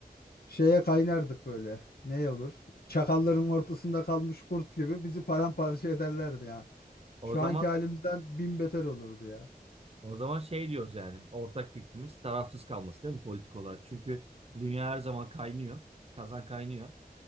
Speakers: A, on the left (about 75°); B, on the right (about 40°).
A: Şeye kaynardık böyle. Ne olur? Çakalların ortasında kalmış kurt gibi bizi paramparça ederlerdi ya.
B: O
A: Şu
B: zaman
A: anki halimizden bin beter olurdu ya.
B: O zaman şey diyoruz yani ortak fikrimiz tarafsız kalması değil mi politik olarak? Çünkü dünya her zaman kaynıyor. Kazan kaynıyor.